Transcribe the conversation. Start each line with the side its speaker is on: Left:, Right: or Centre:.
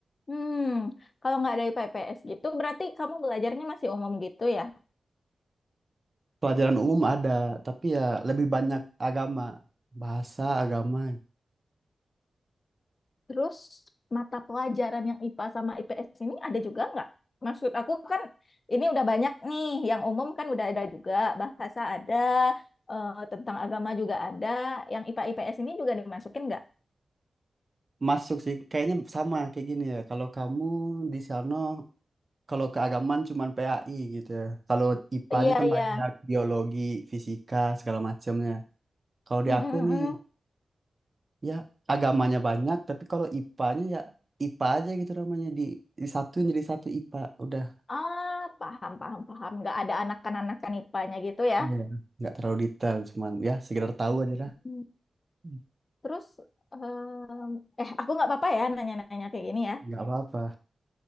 Left: Hmm, kalau nggak ada IPA IPS gitu, berarti kamu belajarnya masih umum gitu ya?
Right: Pelajaran umum ada, tapi ya lebih banyak agama, bahasa agama.
Left: Terus mata pelajaran yang IPA sama IPS ini ada juga nggak? Maksud aku kan ini udah banyak nih, yang umum kan udah ada juga, bahasa ada, eh, tentang agama juga ada, yang IPA IPS ini juga dimasukin nggak?
Right: Masuk sih, kayaknya sama kayak gini ya. Kalau kamu di sana, kalau keagamaan cuman PAI gitu ya. Kalau IPA-nya
Left: Iya
Right: kan
Left: iya,
Right: banyak biologi, fisika, segala macamnya. Kalau di
Left: Mm, mm,
Right: aku
Left: mm,
Right: nih,
Left: mm.
Right: ya agamanya banyak, tapi kalau IPA-nya ya IPA aja gitu namanya di di satu jadi satu IPA. Udah,
Left: Ah paham paham paham, nggak ada anak-anakan IPA-nya gitu ya?
Right: Iya. nggak terlalu detail, cuman ya sekedar tahu aja lah.
Left: Hmm.
Right: Hmm.
Left: Terus em, eh aku nggak apa-apa ya nanya-nanya kayak gini ya.
Right: Nggak apa-apa.